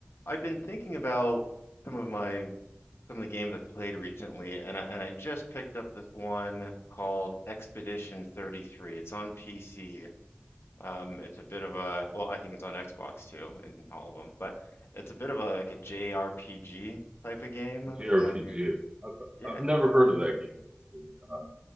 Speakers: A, on the left (about 80°); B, on the right (about 25°).
A: I've been thinking about some of my some of the games I've played recently, and I and I just picked up this one called Expedition 33. It's on PC. Um, it's a bit of a well, I think it's on Xbox too, and all of them, but it's a bit of a like a JRPG type of game. I
B: G have
A: don't know if you,
B: I've
A: yeah.
B: I've never heard of that game actually. Uh,